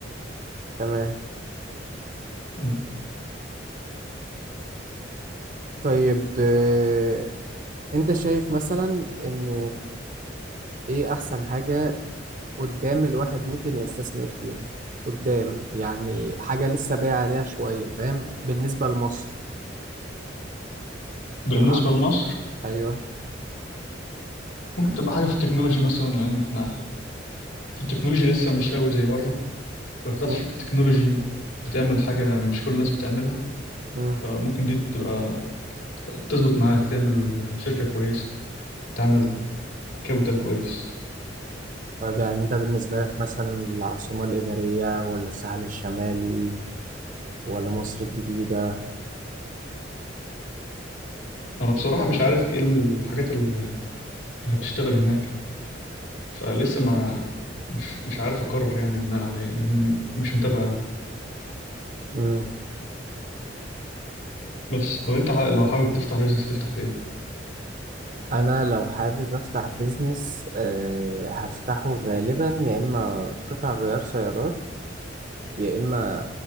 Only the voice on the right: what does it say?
تمام
طيب آه، انت شايف مثلا ان ايه احسن حاجة قدام الواحد ممكن يستثمر فيها قدام يعني حاجة لسه بايع عليها شوية فاهم بالنسبة لمصر
الع-
ايوه
مم.
مم.
طيب يعني انت بالنسبة لك مثلا العاصمة الإدارية ولا الساحل الشمالي ولا مصر الجديدة
مم.
انا لو حابب افتح بيزنس أه هفتحه غالبا يا اما قطع غيار سيارات يا اما